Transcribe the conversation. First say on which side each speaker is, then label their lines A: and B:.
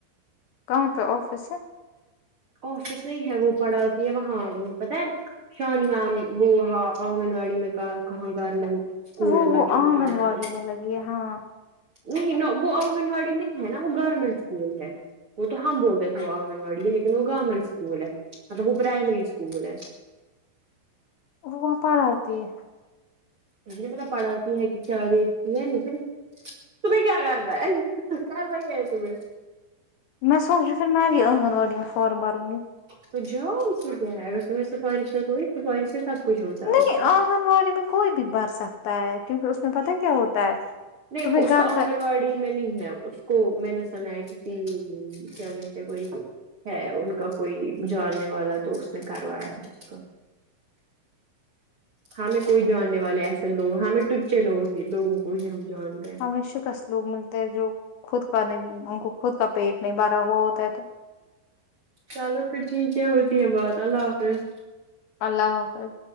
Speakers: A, on the left; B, on the right.
A: کہاں کا آفس ہے
B: آفس نہیں ہے وہ پڑھاتی ہے وہاں پتا ہے شانی میمی وہ ہاں آنگن واڑی میں کہاں گار لینٹ اسکول
A: وہ
B: میں
A: وہ
B: بچوں
A: آنگن
B: کو پڑھا
A: واڑی
B: دے
A: میں لگی ہے ہاں
B: نہیں ناں وہ آنگن واڑی نہیں ہے ناں وہ گورنمنٹ اسکول ہے وہ تو ہم بول آنگن واڑی ہے لیکن وہ گورنمنٹ سکول ہے مطلب وہ پرائمری اسکول ہے
A: وہ وہاں پڑھا تی ہے
B: مجھے نہیں پتہ پڑھاتی ہے کہ چار نہیں لیکن تمہیں کیا کرنا ہے کرنا کیا ہے تمہیں
A: میں سوچی پھر میں بھی آنگن واڑی میں فارم بھروں گی
B: تو جاؤ اس میں کیا ہے اگر تمہیں سفارش کر کوئی سفارش سے کچھ ہوتا ہے
A: نہیں
B: اس پر
A: آنگن واڑی میں کوئی بھی بر سکتا ہے کیونکہ اس میں پتا کیا ہوتا ہے
B: نہیں
A: تمہیں
B: وہ اس
A: گھر
B: کا آنگن واڑی میں نہیں ہے اس کو میں نے سنا ہے کسی کیا کہتے کوئی ہے ان کا کوئی جاننے والا تو اس نے کروایا ہے اس کا ہمیں کوئی جاننے والے ایسے لوگ ہمیں ٹچے لوگ ہی لوگوں کو جانتا ہے
A: ہمیں شکست لوگ ملتے ہیں جو خود کا نہیں ان کو خود کا پیٹ نہیں بھرا ہوا ہوتا ہے تو
B: چلو پھر ٹھیک ہے ہوتی ہے پھر بات اللہ حافظ
A: اللہ حافظ